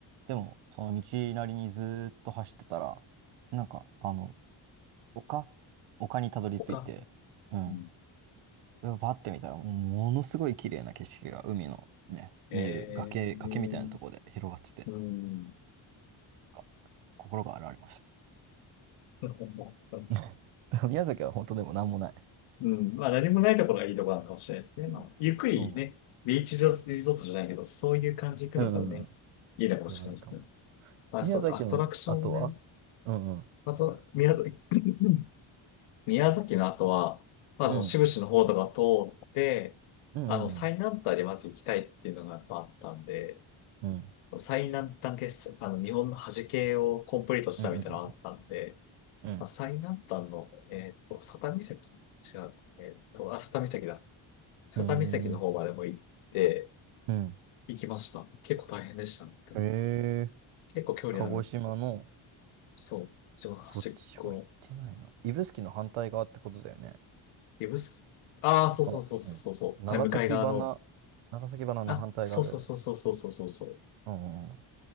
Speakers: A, on the right; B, on the left.
A: でも、その道なりにずーっと走ってたら、なんか、あの、丘丘にたどり着いて、
B: 他、
A: うん。
B: うん。
A: でバッて見たら、もうものすごい綺麗な景色が海のね、
B: えー、
A: 見える崖、崖みたいなところで広がってて、
B: うん。
A: あ心が洗われました。
B: <laughs>
A: <laughs> だから宮崎は本当でもなんもない。
B: うん。まあ何もないところがいいところなのかもしれないですね。
A: うんうん。
B: まあ、ゆっくりね、ビーチリゾートじゃないけど、そういう感じで行くのがね、
A: うんうんうんうん
B: いいのかもしれないですね。
A: それはいいかも。
B: まあ、
A: 宮崎の後は
B: そう、アトラクションもね、
A: うんうん。
B: あと、宮崎 <coughs> 宮崎の後は、まあ、
A: うん。
B: あの、志布志の方とか通って、
A: うんうん
B: あの、最南端でまず行きたいっていうのがやっぱあったんで、
A: うん。うん。
B: 最南端決、あの、日本の端系をコンプリートしたみたいなのがあったんで、
A: うんうんうんうん。
B: まあ、最南端の、えっと、佐多岬違う、えっと、あ、佐多岬だ。佐多岬の方までも行って、
A: うん。うーん。うん。
B: 行きました。結構大変でしたね。けど
A: へえ。
B: 結構距離あるんですよ。
A: 鹿児島の、
B: そう。一番端っこの
A: そっちは行ってないな。指宿の反対側ってことだよね。
B: 指宿。ああ、そうそうそうそうそうそう。
A: あ、うん。長崎花、
B: はい、向かい側の
A: 長崎花の反対側だよね。
B: あ、そうそうそうそうそうそうそうそう。
A: うんうんう